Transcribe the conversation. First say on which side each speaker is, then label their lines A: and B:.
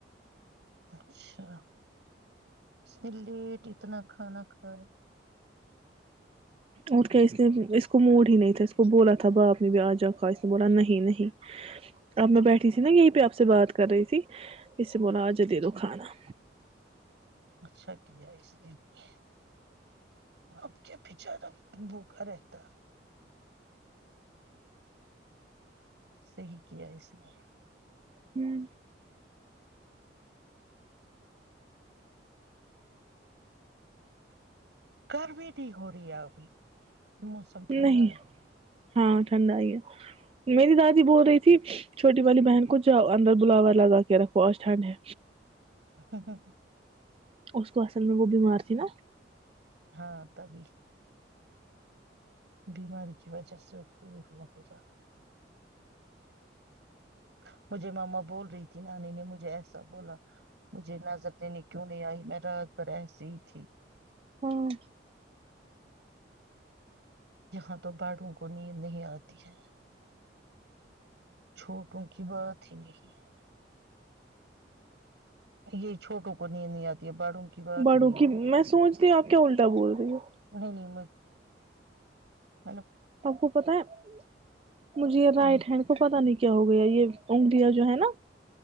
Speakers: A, on the right (about 70°); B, on the right (about 30°).
A: اچھا اس نے لیٹ اتنا کھانا کھائے
B: اور کیا اس لیے اس کو موڑ ہی نہیں تھا اس کو بولا تھا باپ نے بھی آ جا کا اسے بولا نہیں نہیں اب میں بیٹھی تھی نا یہیں پہ آپ سے بات کر رہی تھی اس سے بولا آج دے دو کھانا
A: اچھا کیا اس نے بھی اب کیا بچارا بھوکا رہتا صحیح کیا اس نے
B: ہوں
A: گ بھی نہیں ہو رہی ہے ابھی موسم ٹھنڈا
B: نہیں
A: ہے
B: ہاں ٹھنڈ آ ہی ہے میری دادی بول رہی تھی چھوٹی والی بہن کو جاؤ انندر بلاوور لگا کے رکھو آج ٹھنڈ ہے
A: <unintelligible>
B: اس کو اصل میں وہ بیمار تھی نا
A: ہاں تبھی بیماری کی وجہ سے <unintelligible> مجھے ماما بول رہی تھی نانی نے مجھے ایسا بولا مجھے نظر دینے کیوں نہیں آئی میں رات بھر ایسی ہی تھی
B: ہاں
A: یہاں تو بڑوں کو نیند نہیں آتی ہے چھوٹوں کی بات ہی نہیں ہے یہ چھوٹوں کو نید نہیں آتی ہے بڑھو کی بات
B: بڑوں
A: ہی نہیں
B: کی
A: ہے آ
B: میں سوچتی ہوں آپ کیا الٹا بول رہی ہو
A: نہیں نہیں م <inaudible>
B: آپ کو پتا ہے مجھے رائٹ
A: ہوں
B: ہینڈ کو پتا نہیں کیا ہو گیا یہ جو ہے نا